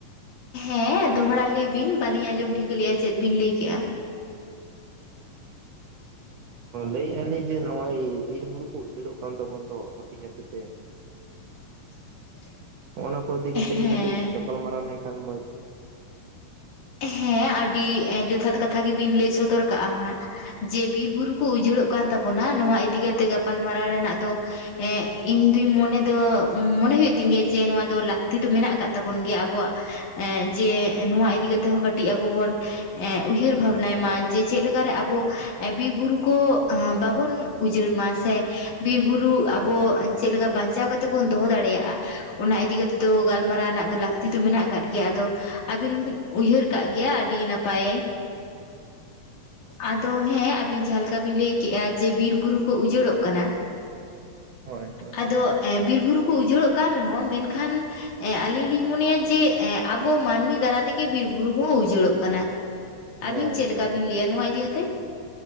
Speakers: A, on the left (about 60°); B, on the right (about 80°).
A: ᱦᱮᱸ ᱫᱚᱦᱲᱟ ᱞᱟᱹᱭ ᱵᱤᱱ ᱵᱟᱞᱤᱧ ᱟᱸᱡᱚᱢ ᱴᱷᱤᱠᱟᱹ ᱞᱮᱜᱼᱟ ᱪᱮᱫ ᱵᱤᱱ ᱞᱟᱹᱭ ᱠᱮᱜ-ᱟ᱾
B: ᱞᱟᱹᱭᱮᱜᱼᱟ ᱞᱤᱧ ᱡᱮ ᱦᱚᱜᱼᱚᱭ ᱵᱤᱨ ᱵᱩᱨᱩ ᱠᱚ ᱩᱪᱟᱹᱲᱚᱜ ᱠᱟᱱ ᱛᱟᱵᱚᱱ ᱫᱚ ᱦᱟᱯᱤ ᱦᱟᱯᱤ ᱛᱮ
A: <unintelligible>
B: ᱦᱚᱸᱜᱱᱟ ᱠᱚ ᱤᱫᱤ ᱠᱟᱛᱮᱜ
A: ᱦᱮᱸ
B: ᱜᱮ ᱠᱟᱹᱴᱤᱡ ᱜᱟᱯᱟᱞ ᱜᱟᱯᱟᱞᱢᱟᱨᱟᱣ ᱞᱮᱱᱠᱷᱟᱱ ᱢᱚᱡᱽ
A: ᱦᱮᱸ ᱟᱹᱰᱤ ᱡᱚᱛᱷᱟᱛ ᱠᱟᱛᱷᱟ ᱜᱮᱵᱤᱱ ᱞᱟᱹᱭ ᱥᱚᱫᱚᱨ ᱠᱟᱜᱼᱟ ᱦᱟᱸᱜ ᱾ ᱡᱮ ᱵᱤᱨ ᱵᱩᱨᱩ ᱠᱚ ᱩᱡᱟᱹᱲᱚᱜ ᱠᱟᱱ ᱛᱟᱵᱚᱱᱟ ᱱᱚᱣᱟ ᱤᱫᱤ ᱠᱟᱛᱮ ᱜᱟᱯᱟᱞᱢᱟᱨᱟᱣ ᱨᱮᱱᱟᱜ ᱫᱚ ᱮᱸᱜ ᱤᱧ ᱫᱩᱧ ᱢᱚᱱᱮ ᱫᱚ ᱢᱚᱱᱮ ᱦᱩᱭᱩᱜ ᱛᱤᱧ ᱜᱮᱭᱟ ᱡᱮ ᱱᱚᱣᱟ ᱫᱚ ᱞᱟᱹᱠᱛᱤ ᱫᱚ ᱢᱮᱱᱟᱜ ᱟᱠᱟᱫ ᱛᱟᱵᱚᱱ ᱜᱮᱭᱟ ᱟᱵᱚᱣᱟᱜ ᱾ ᱮᱸᱜ ᱡᱮ ᱱᱚᱣᱟ ᱤᱫᱤ ᱠᱟᱛᱮᱜ ᱦᱚᱸ ᱠᱟᱹᱴᱤᱡ ᱟᱵᱚ ᱵᱚᱱ ᱮᱜ ᱩᱭᱦᱟᱹᱨ ᱵᱷᱟᱵᱱᱟᱭ ᱢᱟ ᱡᱮ ᱪᱮᱫ ᱞᱮᱠᱟᱨᱮ ᱟᱵᱚ ᱵᱤᱨ ᱵᱩᱨᱩ ᱠᱚ ᱵᱟᱵᱚᱱ ᱩᱡᱟᱹᱲ ᱢᱟ ᱥᱮ ᱵᱤᱨᱵᱩᱨᱩ ᱟᱵᱚ ᱪᱮᱫ ᱞᱮᱠᱟ ᱵᱟᱧᱪᱟᱣ ᱠᱟᱛᱮᱫ ᱵᱚᱱ ᱫᱚᱦᱚ ᱫᱟᱲᱮᱭᱟᱜᱼᱟ᱾ ᱚᱱᱟ ᱤᱫᱤ ᱠᱟᱛᱮᱜ ᱫᱚ ᱜᱟᱞᱢᱟᱨᱟᱣ ᱨᱮᱱᱟᱜ ᱫᱚ ᱞᱟᱹᱠᱛᱤ ᱫᱚ ᱢᱮᱱᱟᱜ ᱟᱠᱟᱫ ᱜᱮᱭᱟ ᱟᱫᱚ ᱟᱹᱵᱤᱱ ᱦᱚᱵᱤᱱ ᱩᱭᱦᱟᱹᱨ ᱠᱟᱜ ᱜᱮᱭᱟ ᱟᱹᱰᱤ ᱱᱟᱯᱟᱭ᱾ ᱟᱫᱚ ᱦᱮᱸ ᱟᱵᱤᱱ ᱡᱟᱦᱟᱸ ᱞᱮᱠᱟ ᱵᱤᱱ ᱞᱟᱹᱭᱠᱮᱜᱼᱟ ᱡᱮ ᱵᱤᱨ ᱵᱩᱨᱩ ᱠᱚ ᱩᱡᱟᱹᱲᱚᱜ ᱠᱟᱱᱟ᱾
B: ᱦᱳᱭ ᱦᱳᱭ
A: ᱟᱫᱚ
B: ᱦᱳᱭ᱾
A: ᱵᱤᱨ ᱵᱩᱨᱩ ᱠᱚ ᱩᱡᱟᱹᱲᱚᱜ ᱠᱟᱱ ᱨᱮᱦᱚᱸ ᱢᱮᱱᱠᱷᱟᱱ ᱮᱸᱜ ᱟᱞᱤᱧ ᱞᱤᱧ ᱢᱚᱱᱮᱭᱟ ᱡᱮ ᱟᱵᱚ ᱢᱟᱹᱱᱢᱤ ᱫᱟᱨᱟ ᱛᱮ ᱵᱤᱨ ᱵᱩᱨᱩ ᱠᱚ ᱦᱚᱸ ᱩᱡᱟᱹᱲᱚᱜ ᱠᱟᱱᱟ ᱟᱵᱤᱱ
B: ᱦᱳᱭ
A: ᱪᱮᱫ
B: ᱦᱳᱭ
A: ᱞᱮᱠᱟ ᱵᱤᱱ ᱞᱟᱹᱭᱟ ᱱᱚᱣᱟ ᱤᱫᱤ ᱠᱟᱛᱮᱜ?